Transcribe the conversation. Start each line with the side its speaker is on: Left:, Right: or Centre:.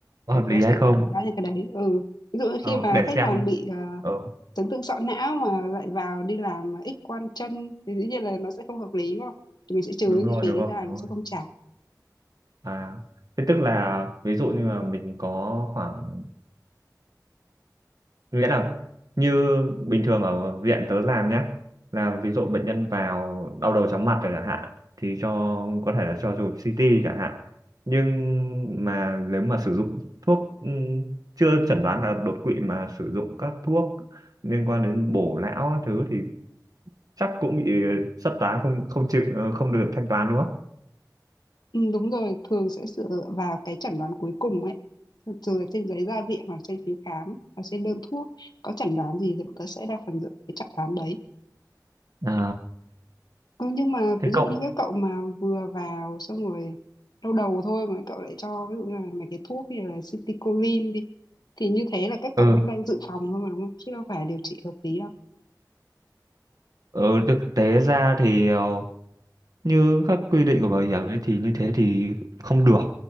Right: Có
Left: thì
Right: hợp lý
Left: tớ sẽ
Right: hay
Left: là
Right: không?
Left: người đánh giá những cái đấy ừ ví dụ như
Right: Ờ,
Left: khi mà
Right: để
Left: khách
Right: xem.
Left: hàng bị ờ,
Right: Ờ,
Left: chấn thương sọ não mà lại vào đi làm X quang chân thì dĩ nhiên là nó sẽ không hợp lý đúng không thì mình sẽ trừ
Right: đúng
Left: cái
Right: rồi,
Left: chi phí
Right: đúng rồi,
Left: ra
Right: đúng
Left: mình
Right: rồi.
Left: sẽ không trả
Right: À, thế tức là ví dụ như là mình có khoảng nghĩa là như bình thường ở viện tớ làm nhá là ví dụ bệnh nhân vào đau đầu chóng mặt rồi chẳng hạn thì cho có thể là cho chụp CT chẳng hạn nhưng mà nếu mà sử dụng thuốc ừm, chưa chẩn đoán là đột quỵ mà sử dụng các thuốc liên quan đến bổ lão các thứ thì chắc cũng bị xuất toán không không chịu ờ, không được thanh toán đúng không
Left: Ừ, đúng rồi, thường sẽ dựa vào cái chẩn đoán cuối cùng ấy. Từ trên giấy ra viện hoặc trên phiếu khám hoặc trên đơn thuốc có chẩn đoán gì thì bọn tớ sẽ đa phần dựa vào cái chẩn đoán đấy.
Right: Ờ,
Left: Ừ, nhưng mà
Right: thế
Left: ví dụ
Right: cậu
Left: như các cậu mà vừa vào xong rồi lâu đầu thôi mà các cậu lại cho ví dụ như là mấy cái thuốc như là citicoline đi thì như thế là các cậu
Right: ừ,
Left: cũng đang dự phòng thôi mà đúng không? Chứ đâu phải điều trị hợp lý đâu.
Right: ừ thực tế ra thì ờ, như các quy định của bảo hiểm ấy thì như thế thì không được